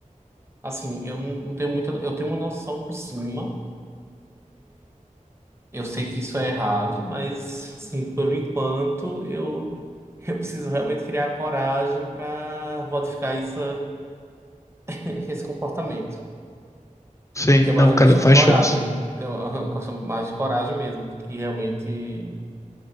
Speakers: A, on the right (about 20°); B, on the left (about 20°).
A: assim, eu não não tenho muita. Eu tenho uma noção por cima. Eu sei que isso é errado, mas, assim, por enquanto, eu, eu preciso realmente criar coragem para modificar isso, <laughs> esse comportamento.
B: Sim,
A: Que
B: não,
A: é mais uma
B: cara,
A: questão
B: faz
A: de coragem.
B: diferença.
A: É uma questão <laughs> mais de coragem mesmo, do que realmente